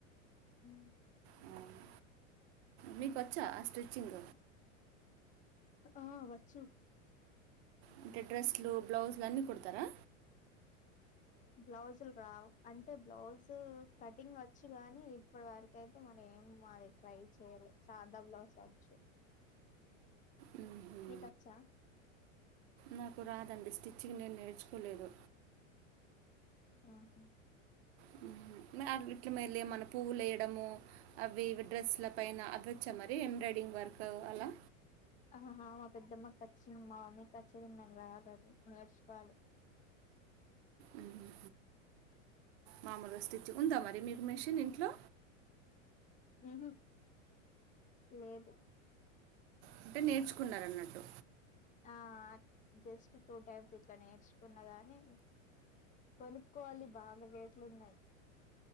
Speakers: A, on the left; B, on the right.
A: హ్
B: అవును. మీకు వచ్చా ఆ స్ట్రిచ్చింగ్
A: ఆ వచ్చు
B: అంటే డ్రెస్లు బ్లౌజ్లు అన్నీ కుడతారా
A: బ్లౌజులు రావు అంటే బ్లౌజు కటింగ్ వచ్చు గానీ ఇప్పుడు వరకు అయితే మన ఏమో ఆది ట్రై చేయ్యాలే సాదా బ్లౌస్ వచ్చు
B: మ్మ్.
A: నీకచ్చా
B: నాకు రాదండి స్టిచ్చింగ్ నేను నేర్చుకోలేదు
A: ఆహా
B: హ్ నాకు గిట్ల మరీ మన పువ్వులు వేయడము అవి డ్రెస్ల పైన అవి వచ్చా మరి ఎంబ్రాయిడర్ వర్క్ అలా
A: ఆహా మా పెద్దమ్మకి వచ్చి మా మమ్మీకి వచ్చిదింలాదు <unintelligible> నేర్చుకోవాలి
B: మ్మ్. మామూలుగా స్టిచ్ ఉందా మరి మీకు మెషిన్ ఇంట్లో
A: హు హమ్ లేదు
B: అంటే నేర్చుకున్నార అన్నట్టు
A: ఆ జస్ట్ టూ టైమ్స్ ఇట్లా నేర్చుకున్న గానీ కొనుక్కోవాలి బాగా రేట్లు ఉన్నాయి